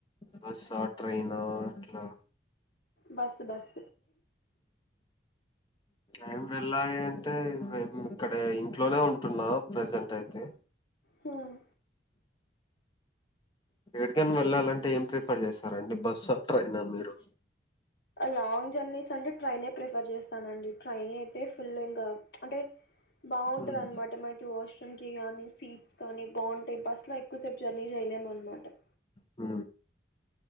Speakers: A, on the left (about 25°); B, on the left (about 70°).
A: బస్ ఆ ట్రైనా ఇట్లా
B: బస్ బస్
A: ఏ వెళ్ళాలి అంటే మేము ఇక్కడ ఇంట్లోనే ఉంటున్నా ప్రెజెంట్ అయితే
B: హ్మ్
A: ఎక్కడికైనా వెళ్ళాలంటే ఏం ప్రిఫర్ చేస్తార అంటే బస్సు ట్రైనా మీరు
B: లాంగ్ జర్నీస్ అంటే ట్రైనే ప్రిఫర్ చేస్తానండి ట్రైన్ అయితే ఫుల్ ఇంకా అంటే బాగుంటది
A: ఉమ్.
B: అనమాట మనకి వాష్రూమ్ కి నీ సీట్స్ కానీ బాగుంటాయి బస్ లో ఎక్కువసేపు జర్నీ చేయలేము అనమాట
A: హ